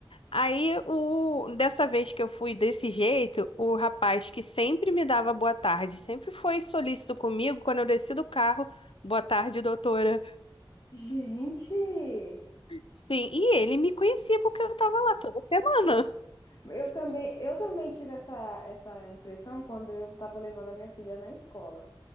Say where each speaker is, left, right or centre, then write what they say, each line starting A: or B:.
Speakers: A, on the left; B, on the left.
A: Aí, o... dessa vez que eu fui desse jeito, o rapaz que sempre me dava boa tarde, sempre foi solícito comigo quando eu desci do carro, boa tarde, doutora.
B: Gente,
A: Sim, e ele me conhecia porque eu tava lá toda semana.
B: eu também, eu também tive essa, essa impressão quando eu tava levando a minha filha na escola.